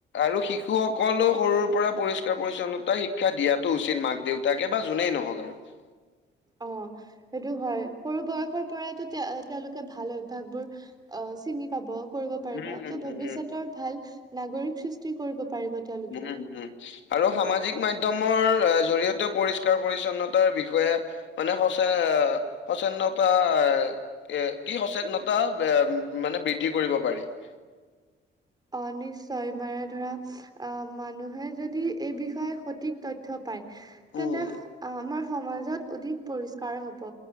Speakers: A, on the left; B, on the right.
A: আৰু শিশু সকললে সৰুৰ পৰা পৰিষ্কাৰ পৰি্ছন্নতা শিক্ষা দিয়াটো উচিত মাক দেউতাকে বা যোনেই নহওক আৰু <inaudible>
B: অ সেইটো হয় সৰু বয়সৰ পৰাইতো তেওঁ তেওঁলোকে ভাল অভ্যাসবোৰ চিনি পাব কৰিব পাৰিব
A: উম
B: ত' ভৱিষ্যতৰ
A: উম
B: ভাল নাগৰিক সৃষ্টি কৰিব পাৰিব তেওঁলোকে
A: উম হম আৰু সামাজিক মাধ্যম জৰিয়তে পৰিষ্কাৰ পৰিছন্নতাৰ বিষয়ে মানে স <unintelligible> সচেনত এ এ কি সচেতনতা মানে বৃদ্ধি কৰিব পাৰি <inaudible>
B: অ নিশ্চয় মানে ধৰা অ মানুহে যদি এই বিষয়ে সঠিক তথ্য পাই তেনে
A: উম
B: আমাৰ সমাজত অধিক পৰিষ্কাৰ হব